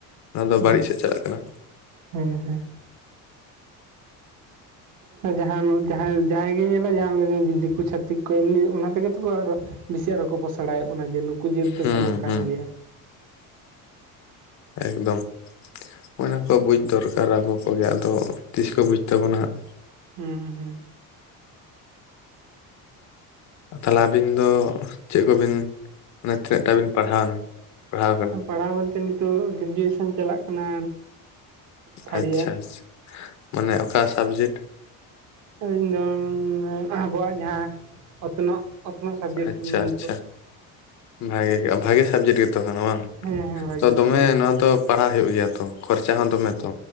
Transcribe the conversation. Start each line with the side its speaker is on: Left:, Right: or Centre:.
Left: ᱱᱚᱣᱟ ᱫᱚ ᱵᱟᱹᱲᱤᱡ
Right: ᱦᱮᱸ
Left: ᱥᱮᱫ ᱪᱟᱞᱟᱜ ᱠᱟᱱᱟ᱾
Right: ᱦᱮᱸ ᱦᱮᱸ᱾
Left: <inaudible>
Right: ᱡᱟᱦᱟᱸ ᱡᱟᱦᱟᱸ ᱡᱟᱦᱟᱸᱭ ᱜᱮᱭ ᱧᱮᱞᱟ ᱡᱟᱦᱟᱸ ᱡᱩᱫᱤ ᱠᱤᱠᱩ ᱪᱷᱟᱹᱛᱤᱠ ᱠᱚ, ᱮᱢᱱᱤ ᱚᱱᱟ ᱛᱮᱜᱮ ᱛᱚᱠᱚ ᱟᱨᱚ ᱵᱮᱥᱤ ᱟᱨᱚ ᱠᱚ ᱯᱚᱥᱟᱲᱟᱭᱮᱫ ᱵᱚᱱᱟ ᱡᱮ ᱱᱩᱠᱩ ᱡᱟᱹᱛ ᱫᱚᱠᱚ
Left: ᱦᱩᱸ
Right: ᱱᱚᱝᱠᱟᱱ
Left: ᱦᱩᱸ
Right: ᱜᱮᱭᱟ
Left: ᱮᱠᱫᱚᱢ <inaudible> ᱠᱚ ᱵᱩᱡᱽ ᱫᱚᱨᱠᱟᱨᱟ ᱟᱵᱚ ᱠᱚᱜᱮ ᱟᱫᱚ ᱛᱤᱥ ᱠᱚ ᱵᱩᱡᱽ ᱛᱟᱵᱚᱱᱟ ᱦᱟᱸᱜ᱾
Right: ᱦᱩᱸ ᱦᱩᱸ
Left: ᱛᱟᱦᱚᱞᱮ ᱟᱹᱵᱤᱱ ᱫᱚ ᱪᱮᱫ ᱠᱚᱵᱤᱱ ᱢᱟᱱᱮ ᱛᱤᱱᱟᱹᱜ ᱴᱟ ᱵᱤᱱ ᱯᱟᱲᱦᱟᱣᱱᱟ ᱯᱟᱲᱦᱟᱣ ᱠᱟᱱᱟ᱾
Right: ᱦᱩᱸ ᱯᱟᱲᱦᱟᱣ ᱵᱚᱞᱛᱮ ᱱᱤᱛᱚᱜ ᱜᱨᱮᱡᱩᱭᱮᱥᱚᱱ ᱪᱟᱞᱟᱜ ᱠᱟᱱᱟ᱾ ᱛᱷᱟᱨᱰ
Left: ᱟᱪᱪᱷᱟ
Right: ᱤᱭᱟᱨ
Left: ᱟᱪᱪᱷᱟ ᱢᱟᱱᱮ ᱚᱠᱟ ᱥᱟᱵᱡᱮᱠᱴ
Right: ᱤᱧ ᱫᱚ ᱟᱵᱚᱣᱟᱜ ᱡᱟᱦᱟᱸ ᱚᱛᱱᱚᱜ᱾ ᱚᱛᱱᱚᱜ ᱥᱟᱵᱡᱮᱠᱴ
Left: ᱟᱪᱪᱷᱟ
Right: ᱛᱤᱧ
Left: ᱟᱪᱪᱷᱟ ᱵᱷᱟᱜᱮ ᱜᱮ ᱵᱷᱟᱜᱮ ᱥᱟᱵᱡᱮᱠᱴ ᱜᱮᱛᱚ <inaudible>
Right: ᱦᱮᱸ ᱦᱮᱸ ᱵᱷᱟᱹᱜᱤ ᱥᱟᱵᱡᱮᱠᱴ
Left: ᱫᱚᱢᱮ
Right: ᱠᱟᱱᱟ
Left: ᱱᱚᱣᱟ ᱫᱚ ᱯᱟᱲᱦᱟᱣ ᱦᱩᱭᱩᱜ ᱜᱮᱭᱟ ᱛᱚ ᱠᱷᱚᱨᱪᱟ ᱦᱚᱸ ᱫᱚᱢᱮ ᱛᱚ᱾